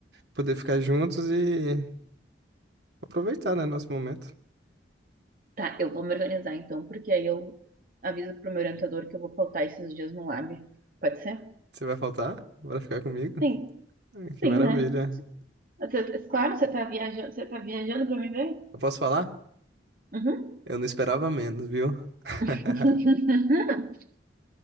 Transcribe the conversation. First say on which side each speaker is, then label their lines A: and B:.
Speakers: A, on the right; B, on the right.
A: poder ficar juntos e aproveitar, né, nosso momento.
B: Tá, eu vou me organizar então, porque aí eu aviso pro meu orientador que eu vou faltar esses dias no lab. Pode ser?
A: Você vai faltar? Bora ficar comigo?
B: Sim,
A: Ai, Que
B: sim,
A: maravilha.
B: né? Você- claro, você tá viajando, você tá viajando pra me ver?
A: Eu posso falar?
B: Uhum.
A: Eu não esperava menos, viu? <laughs>
B: <laughs>